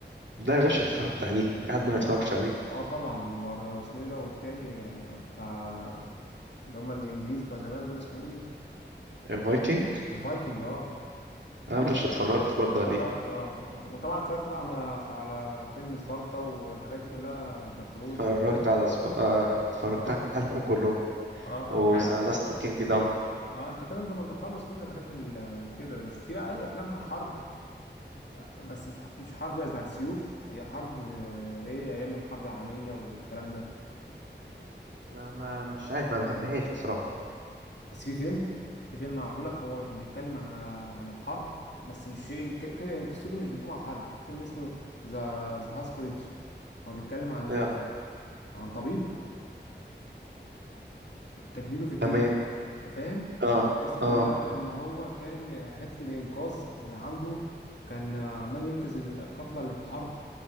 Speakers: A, on the right; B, on the left.
A: ده يا باشا اتفرجت عليه في حد
B: و
A: ما اتفرجش عليه
B: اه طبعا و- واسمه ايه ده والتاني آه، بتاع اللي هم الانجليز بتوع زمان دول اسمه ايه
A: فايكنج
B: الفايكنج اه
A: أه يا باشا
B: لا،
A: اتفرجت برضه عليه
B: اتفرجت اه وطبعا اتفرجت بقى على على فيلم سبارتا والحاجات دي كلها سبارتاكوس
A: اتفرجت
B: وال...
A: على سب... آه، اتفرجت
B: اه اه
A: عليهم كلهم
B: آه،
A: وذا
B: انت عارف
A: لاست كينجدم
B: اه انت كده انت ما انت مخلص كل الحاجات ال- كده بس في بقى ايه افلام حرب آه، بس مش مش حرب بتاعت سيوف هي حرب آه، ايه ايام الحرب العالميه والكلام ده
A: ما ما مش عارف ما بحبهاش الصراحة
B: بس في فيلم في فيلم معمول لك هو كان بيتكلم عن عن الحرب بس مش ك- ك- قصته مش بتقوم على الحرب فيلم اسمه ذا ذا هاس كوليدج هو بيتكلم عن
A: لا
B: عن طبيب تجنيده في الجيش
A: تمام
B: انت فاهم
A: اه
B: القصه كلها
A: اه
B: بقى ان هو كان حته الانقاذ اللي عنده كان عمال ينقذ القتلى اللي في الحرب